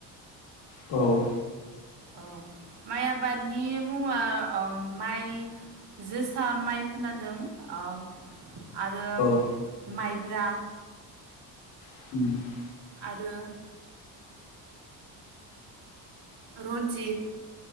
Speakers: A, on the left; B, on the right.
A: औ
B: औ माइ आबादनि मुङा ओ माइ जोसा माइ खोनादों ओम आरो
A: औ
B: माइब्रा
A: <inaudible>
B: आरो रन्जित